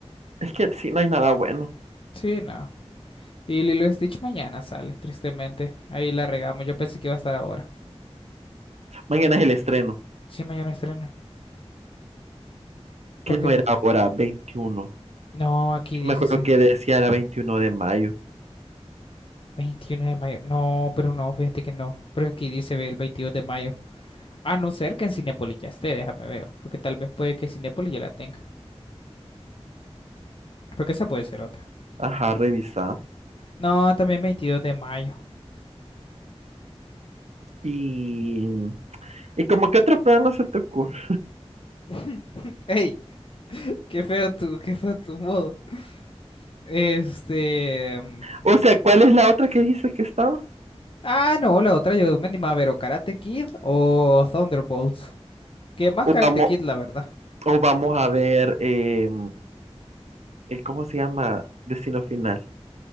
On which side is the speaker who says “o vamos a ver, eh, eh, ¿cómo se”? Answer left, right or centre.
Right